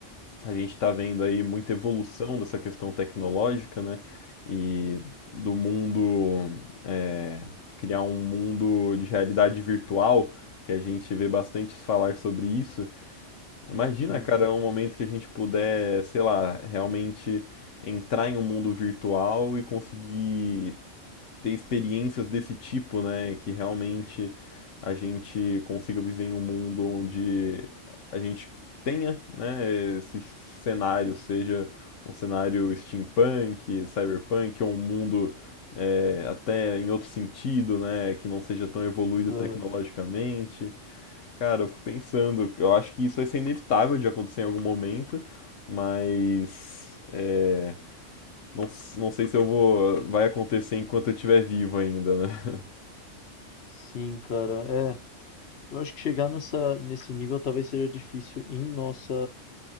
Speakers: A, on the left; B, on the left.
A: A gente tá vendo aí muita evolução dessa questão tecnológica, né? E do mundo. é, criar um mundo de realidade virtual, que a gente vê bastante falar sobre isso. Imagina,
B: Sim.
A: cara, um momento que a gente puder, sei lá, realmente entrar em um mundo virtual e conseguir ter experiências desse tipo, né? Que realmente a gente consiga viver em um mundo onde a gente tenha, né, esse cenário, seja um cenário steampunk, cyberpunk, ou um mundo é, até em outro sentido, né? Que não seja tão evoluído
B: Ah,
A: tecnologicamente. Cara, eu fico pensando, eu acho que isso vai ser inevitável de acontecer em algum momento, mas é, não, s- não sei se eu vou, vai acontecer enquanto eu estiver vivo ainda, né? <laughs>
B: sim, cara. É, eu acho que chegar nessa, nesse nível talvez seja difícil em nossa,